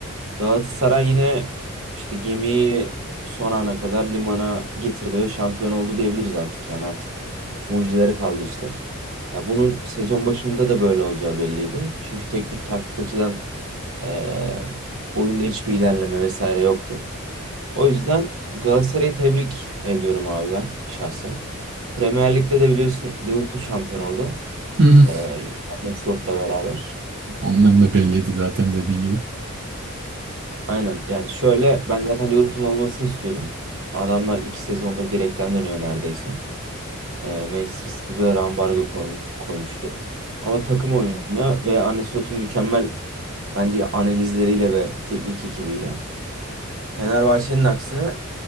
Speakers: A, on the right (about 70°); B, on the right (about 50°).
A: Galatasaray yine işte gemiyi son ana kadar limana getirdi ve şampiyon oldu diyebiliriz artık. Yani artık mucizelere kaldı işler. Ya bunun sezon başında da böyle olacağı belliydi. Çünkü teknik taktik açıdan eee, oyunda hiçbir ilerleme vesaire yoktu. O yüzden Galatasaray'ı tebrik ediyorum abi ben şahsen. Premier Lig'de de biliyorsun Liverpool şampiyon oldu.
B: Hı hı.
A: Ee, Arne Slot'la beraber.
B: Onların da belliydi zaten dediğin gibi.
A: Aynen yani şöyle ben zaten Liverpool'un olmasını istiyordum. Adamlar iki sezondur direkten dönüyor neredeyse. Ee, Manchester City bir ara ambargo koymuş, koymuştu. Ama takım oyununa ve Arne Slot'un mükemmel bence analizleriyle ve teknik ekibiyle Fenerbahçe'nin aksine